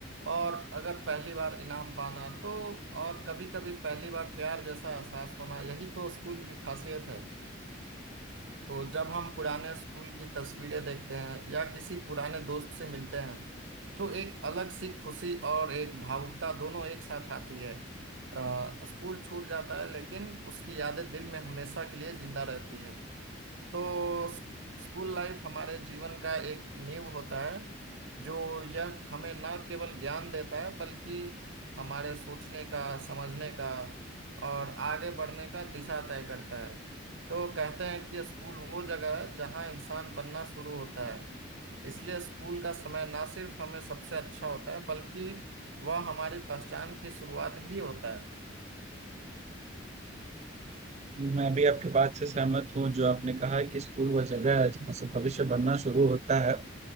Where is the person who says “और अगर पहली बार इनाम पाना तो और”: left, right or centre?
Right